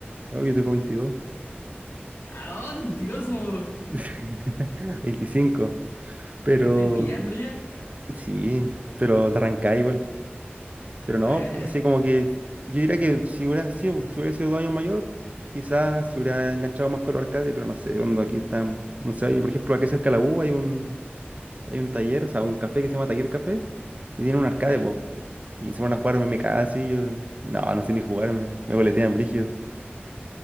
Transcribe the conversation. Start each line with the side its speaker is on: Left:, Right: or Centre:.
Right: No, yo tengo veintidós,
Left: ¿A dónde, mentiroso?
Right: <laughs> 25. Pero
Left: ¿Me estoy pillando ya?
Right: sí, pero te arrancáis igual. Pero no,
Left: Ah,
Right: fue
Left: ya,
Right: así como que yo diría que si hubiera sido, si hubiera sido dos años mayor, quizás se hubiera enganchado más con los arcades, pero no sé, cuando aquí están, no sé, hay, por ejemplo, aquí cerca de la U hay un, hay un taller, o sea, un café que se llama Taller Café, y tiene un arcade,
Left: ya,
Right: pues. Y se van a jugar MMK así, yo, no, no sé ni jugarme, me boletean brígido.